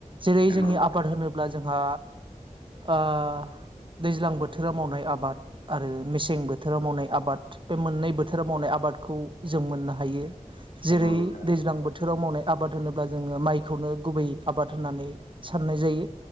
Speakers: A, on the right; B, on the left.
A: जेरै
B: नंगौ
A: जोंनि
B: नोंथां
A: आबाद होनोब्ला जोंहा ओ दैज्लां बोथोराव मावनाय आबाद आरो मेसें बोथोराव मावनाय आबाद बे मोननै बोथोराव मावनाय आबाद बादखौ जों मोननो हायो
B: नंगौ
A: जेरै
B: नोंथां
A: दैज्लां बोथो थोराव मावनाय आबाद होनोब्ला जोङो माइखौनो गुबै आबाद होननानै साननाय जायो